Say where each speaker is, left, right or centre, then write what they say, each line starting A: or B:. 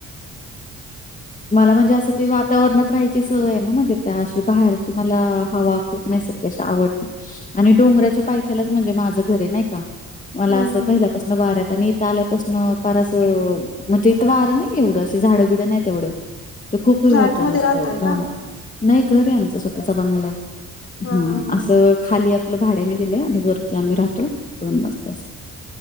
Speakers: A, on the left; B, on the left.
A: मला म्हणजे असं ते वात तावरणात राहायची सवय आहे ना म्हणजे त्या अशी बाहेरची मला हवा खूप नैसरगिक अशी आवडती. आणि डोंगराच्या पायथ्यालाच म्हणजे माझं घर आहे नाही का
B: हम्म
A: मला असं
B: हम्म
A: पहिल्यापास न वाऱ्यात आणि इथं आल्यापासून फार असं म्हणजे इथं वारं नाही एवढं असे झाडं बिडं नाही तेवढे
B: <unintelligible>
A: तर ही खूप होतं
B: फ्लॅट मध्ये
A: निसतं
B: राहताय
A: घाम.
B: का
A: नाही घर आहे आमचा स्वतःचा बंगला
B: हा
A: हां
B: हा हा
A: असं खालीय तला भाड्याने दिलंय आणि वरती आम्ही राहतो दोन मजलेस